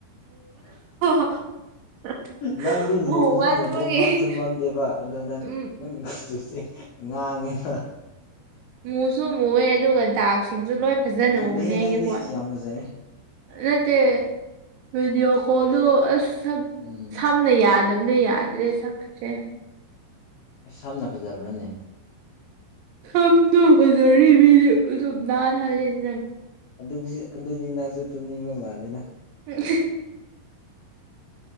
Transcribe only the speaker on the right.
<unintelligible>
ꯃꯨꯃꯟꯕꯒꯤ
ꯎꯝ
ꯃꯨꯁꯨ ꯃꯨꯑꯦ ꯑꯗꯨꯒ ꯗꯥꯛꯁꯤꯡꯁꯨ ꯂꯣꯏ ꯐꯖꯅ
ꯎꯅꯦ ꯍꯥꯏꯒꯤ
ꯍꯣ
ꯅꯠꯇꯦ ꯚꯕꯤꯗꯤꯑꯣ ꯀꯣꯜꯗ ꯑꯁ
ꯁꯝꯅ ꯌꯥꯗꯕ ꯑ ꯌꯥꯗ ꯔꯦ ꯁꯀꯁꯦ
ꯁꯅ ꯐꯖꯔꯗꯤꯗꯥ ꯍꯂꯦꯗꯤ
ꯎꯝ